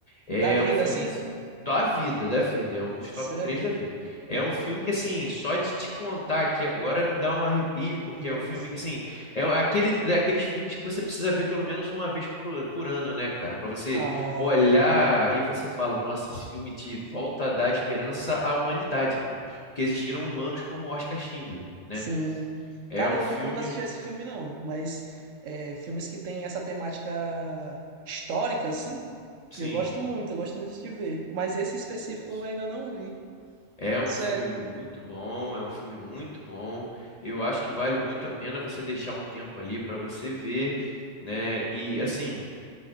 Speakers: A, on the left; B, on the right.
A: É
B: Da vida,
A: um filme
B: assim?
A: assim, da vida, da vida. É um dos
B: Sério?
A: top três da vida. É um filme que, assim, só de te contar aqui agora me dá um arrepio, porque
B: Nossa.
A: é o filme que, assim, é aquele, daqueles filmes que você precisa ver pelo menos uma vez por, por ano, né, cara? Para você
B: Ah,
A: olhar e você fala, nossa, esse filme te volta a dar esperança à humanidade, cara, porque existiram humanos como Oscar Schindler, né?
B: sim.
A: É
B: Cara,
A: um
B: eu
A: filme,
B: nu- nunca assisti esse filme, não. Mas é, filmes que têm essa temática histórica, assim,
A: sim,
B: eu gosto muito, eu gosto muito de ver. Mas esse específico
A: isso.
B: eu ainda não vi.
A: É um
B: Sério,
A: filme muito bom, é um filme muito bom. Eu acho que vale muito a pena você deixar um tempo ali para você ver, né? E assim,